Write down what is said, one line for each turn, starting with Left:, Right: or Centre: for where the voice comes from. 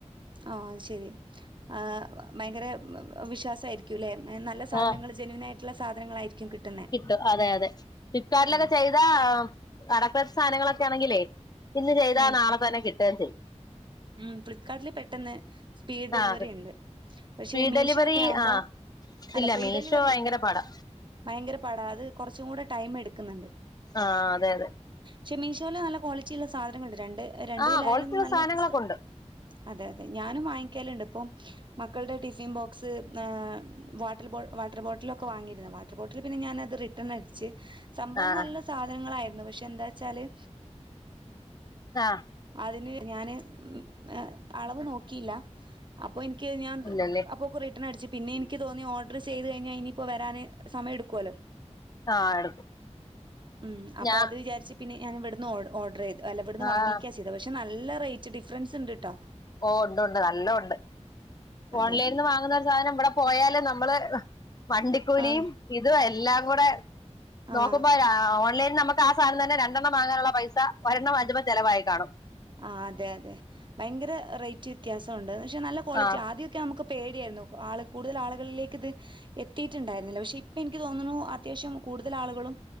Right: ആഹ് ശരി ആ വ ഭയങ്കര വവ വിശ്വാസായിരി ക്കുല്ലെ മേ നല്ല സാധനങ്ങള്
Left: ആഹ്
Right: ജെനുനായിട്ടുള്ള സാധനങ്ങളായിരിക്കും കിട്ടുന്നെ
Left: ട്ടു അതെ അതെ ഫ്ലിപ്കാർട്ടിലൊക്കെ
Right: ആ
Left: ചെയ്താ <unintelligible> സാനങ്ങളൊക്കാണെങ്കിലേ ഇന്ന് ചെയ്താ
Right: ആ
Left: നാളെ തന്നെ കിട്ടേം ചെയ്
Right: ഉം ഫ്ലിപ്പ്കാർട്ടില് പെട്ടെന്ന് സ്പീ ഡെലിവറി
Left: ആഹ്
Right: ണ്ട് പക്ഷെ
Left: സ്പീഡ്
Right: മീഷോ
Left: ഡെലിവറി
Right: ഒക്കെ ആവുമ്പോ
Left: ആഹ്
Right: അല്ല
Left: ഇല്ല
Right: ഫ്രീ
Left: മീഷോ
Right: ഡെലിവറി
Left: ഭയങ്കര
Right: അല്ല
Left: പാടാ
Right: ഭയങ്കര പാടാ അത് കൊറച്ചും കൂടെ ടൈം എടുക്കുന്നുണ്ട്
Left: ആഹ് അതെ അതെ
Right: ക്ഷെ മീഷോല് നല്ല ക്വാളിറ്റി ഉള്ള സാധനങ്ങളുണ്ട്. രണ്ട് രണ്ടതിലായാലും
Left: ആഹ് ക്വാളിറ്റിയുള്ള
Right: നല്ല
Left: സാധനങ്ങളൊക്കെ
Right: സ
Left: ഉണ്ട്
Right: അതെ അതെ. ഞാനും വാങ്ങിക്കല്ണ്ട്പ്പം. മക്കൾടെ ടിഫിൻ ബോക്സ് ന്നാ വാട്ടൽ ബോ വാട്ടർ ബോട്ടിലൊക്കെ വാങ്ങിരുന്നു. വാ ട്ടർ ബോട്ടില് പിന്നെ ഞാനത് റിട്ടൺ അടിച്ച്. സംഭവം
Left: ആഹ്
Right: നല്ല സാധനങ്ങളായിരുന്നു. പക്ഷെ ന്താച്ചാല്
Left: ന്നാഹ്
Right: അതിന് ഞാന് ഉം എ അളവ് നോക്കിയില്ല. അപ്പൊ എനിക്ക് ഞാൻ ത്
Left: ഇല്ലല്ലേ
Right: അപ്പൊ കുറെ. റിട്ടണട്ച്ച്. പിന്ന എനിക്ക് തോന്നി ഓർഡർ ചെയ്ത് കഴിഞ്ഞാ ഇനിപ്പോ വരാൻ സമയെടുക്കോല്ലോ?
Left: ആഹ എടുക്കും.
Right: ഉം. അപ്പൊ
Left: ഞാ
Right: അത് വിചാരിച്ച് പിന്നെ ഞാനിവിടുന്ന് ഓർഡർയ്തു. അല്ല ഇവിടുന്ന്
Left: ആഹ്
Right: വാങ്ങിക്ക ചെയ് - ചെയ്ത. പക്ഷെ നല്ല റേറ്റ് ഡിഫറൻസ് ഉണ്ട്ട്ടോ?
Left: ഓ ഉണ്ട് ഉണ്ട്. നല്ലോണ്ട്.
Right: അതെ
Left: ഓൺലൈനിൽ നിന്ന് വാങ്ങുന്ന ഒരു സാധനം ഇവിടെ പോയാല് നമ്മള്. വണ്ടിക്കൂലിയും
Right: ആഹ്
Left: ഇതു എല്ലാം കൂടെ നോക്കുമ്പോഴാ
Right: ആഹ്
Left: ഓൺലൈൻ നമുക്ക്. ആ സാധനം തന്നെ രണ്ടെണ്ണം വാങ്ങാനുള്ള പൈസ ഒരെണ്ണം വാങ്ങിച്ചെപ്പ ചിലവായി കാണും.
Right: ആഹ് അതെ അതെ. ഭയങ്കര റേറ്റ് വ്യത്യാസംണ്ട്. പക്ഷെ, നല്ല ക്വാളിറ്റി
Left: ആഹ്
Right: ആദ്യ- നമുക്ക് പേടിയായിരുന്നു. ആള് കൂടുതൽ ആളുകളിലേക്ക് ഇത് എത്തിയിട്ടുണ്ടായിരുന്നില്ല. പക്ഷെ- ഇപ്പൊ എനിക്ക് തോന്ന്ണു, അത്യാവശ്യം കൂടുതൽ ആളുകളും